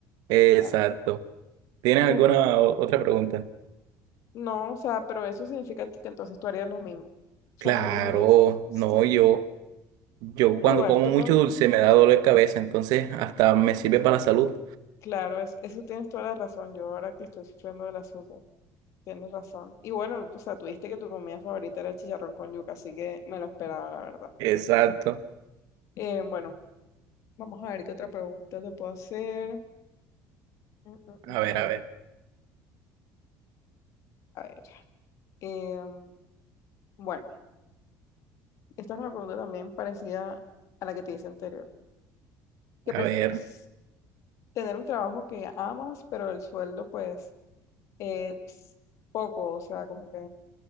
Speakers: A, on the right; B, on the left.
A: Exacto.
B: Claro.
A: ¿Tienes
B: Tú,
A: alguna o- otra pregunta?
B: no, o sea, pero eso significa que entonces tú harías lo mismo. O sea,
A: Claro,
B: tú elegirías. sal-
A: no, yo, yo
B: No,
A: cuando
B: igual,
A: como
B: tú,
A: mucho
B: co-
A: dulce me da dolor de cabeza, entonces hasta me sirve para la salud.
B: claro, es- eso tienes toda la razón. Yo ahora que estoy sufriendo del azúcar. Tienes razón. Y bueno, o sea, tú dijiste que tu comida favorita era el chicharrón con yuca, así que me lo esperaba, la verdad.
A: Exacto.
B: Eh, bueno, vamos a ver qué otra pregunta te puedo hacer. Mm, mm, mm,
A: A ver,
B: mm.
A: a ver,
B: A ver. em, bueno, esta es una pregunta también parecida a la que te hice anterior. ¿Qué
A: a
B: prefieres?
A: ver.
B: ¿Tener un trabajo que amas, pero el sueldo, pues, es poco? O sea, como que,